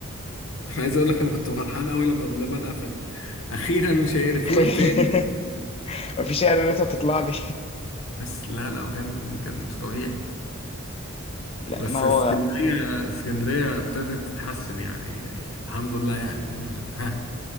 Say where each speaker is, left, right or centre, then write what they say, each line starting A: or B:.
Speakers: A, on the left; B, on the left.
A: عايز اقول لك انا كنت فرحان قوي لما بلبن قفل اخيرا مش هيقرفونا
B: <laughs>
A: تاني
B: مفيش اعلانات هتطلع لي
A: بس لا لا كان كان مش طبيعي
B: <laughs> لا
A: بس
B: ما هو
A: اسكندريه اسكندريه ابتدت تتحسن يعني يعني الحمد لله يعني ما- ها